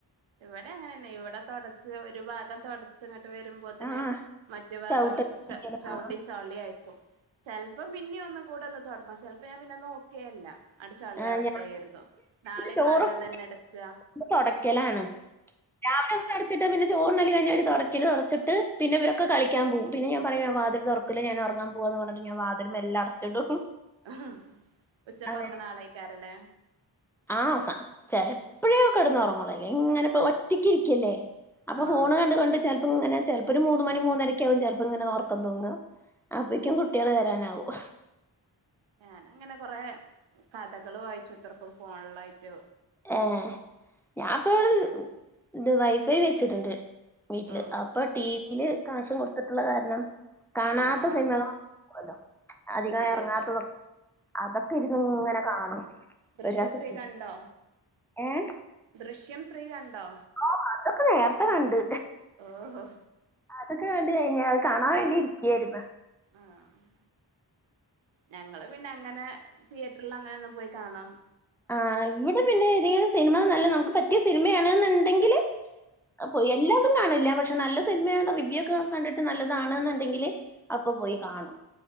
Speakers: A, on the right; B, in the centre.
A: ഇവിടെ എങ്ങനന്നെ ഇവിടെ തുടച്ച് ഒരു ഭാഗം തുടച്ചങ്ങട്ട് വരുമ്പോ പ്പോതിന്
B: ആഹ്
A: മറ്റു ഭാഗം
B: ചവിട്ട
A: ച ചവിട്ടി
B: ആഹ്
A: ചളി ആക്കും ചെലപ്പം പിന്നെ ഒന്നും കൂടെ ഒന്ന് തുടക്കും ചെലപ്പോ ഞാൻ പിന്നെ നോക്കേ അല്ല അട്ട് ചളിയവട്ടെയിരുന്നു
B: ആഹ് ഞാൻ
A: നാളെയും
B: ചോറൊക്കെ
A: മേണ്ടന്നെ എടുക്കുക
B: തൊടക്കലാണ് രാവിലെ ഒന്ന് ച്ചിട്ട് പിന്നെ ചോറുണ്ണല് കഴിഞ്ഞ് ഒരു തൊടക്കല് തൊടച്ചിട്ട് പിന്നിവരൊക്കെ കളിക്കാ പോമ് പിന്നെ ഞാൻ പറയാ വാതിൽ തുറ <unintelligible> ഞാനുറങ്ങാൻ പോകുവാന്ന് പറഞ്ഞട്ട് ഞാ വതില് മെല്ലെ അടച്ചിടും
A: ഉഹ് ഉച്ചപ്പറങ്ങണ
B: അങ്ങനെ
A: ആളായിക്കാറില്ലേ
B: ആഹ് സ ചെലപ്പോഴേോ കെടന്ന് ഒറങ്ങോള്ളൂ അല്ലെ ഇങ്ങനെപ്പോ ഒറ്റക്കിരിക്കല്ലേ അപ്പൊ
A: ആഹ്
B: ഫോണ് കണ്ട് കണ്ട് ചെല്പ ഇങ്ങനേ ചെല്പ ഒരു മൂന്ന് മണി മൂന്നരക്ക്‌ ആകും ചെല്പ്ഇങ്ങനേ ഒറ ഒക്കം തൂങ്ങാ അപ്പേയ്ക്കും കുട്ട്യേൾ വരാനാവും
A: ഞാൻ അങ്ങനെ കൊറെ കഥകള് വായിച്ചുത്രക്കും ഫോണിലായിട്ട്
B: ഏഹ് ഞാപ്പവിടെ ഇത് വൈഫൈ വെച്ചിട്ട്ണ്ട് വീട്ടില്
A: ഓ
B: ആപ് ഇപ്പൊ ടീവില് കാശ് കൊടുത്തിട്ടുള്ള കാര്ണം കാണാത്ത
A: ആഹ് ആഹ്
B: സിനിമകൾ <inaudible> അധികം
A: പുതിയത്
B: എറങ്ങാത്തതൊ <unintelligible> അതൊക്കെ ഇരുന്ന് ഇങ്ങനെ കാണും
A: ദൃശ്യം
B: ഒരു രസത്തിൽ
A: ത്രീ കണ്ടോ
B: ഏഹ്
A: ദൃശ്യം ത്രീ കണ്ടോ
B: ഓ അതൊക്കെ നേര്ത്തെ കണ്ട്
A: ഓഹോ
B: അതൊക്കെ കണ്ട് കഴിഞ്ഞ് അത് കാണാൻ വേണ്ടി ഇരിക്ക്യേരുന്നു
A: ആഹ് അഹ് ഞങ്ങള് പിന്നെ അങ്ങനെ തിയേറ്ററിൽ അങ്ങനെ ഒന്നും പോയി കാണു
B: ആഹ് ഇവിടെ പിന്നെ ഏതെലും സിനിമ നല്ല നമുക്ക് പറ്റിയ സിനിമയാണെന്ന്ണ്ടെങ്കില് പോയി എല്ലാതും കാണില്ല പക്ഷെ നല്ല സ് സിനിമേടെ റിവ്യൂ ഒക്കെ കണ്ടിട്ട് നല്ലതാണ്ന്ണ്ടെങ്കില് അപ്പം പോയി കാണും